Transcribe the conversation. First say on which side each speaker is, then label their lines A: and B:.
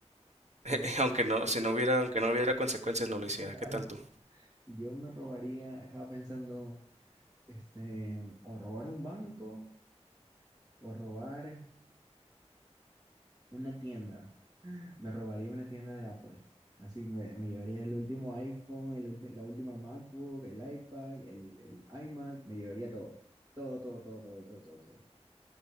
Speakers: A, on the right; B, on the right.
A: Yo,
B: <laughs> Aunque no, si no hubiera, aunque no hubiera consecuencias, no lo
A: <laughs>
B: hiciera. ¿Qué tal tú?
A: yo me robaría, estaba pensando, este, o robar un banco o robar una tienda. Me robaría una tienda de Apple. Así me, me llevaría el último iPhone, el ulti- la última MacBook, el iPad, el, el iMac, me llevaría todo. Todo, todo, todo, todo, todo, todo, todo.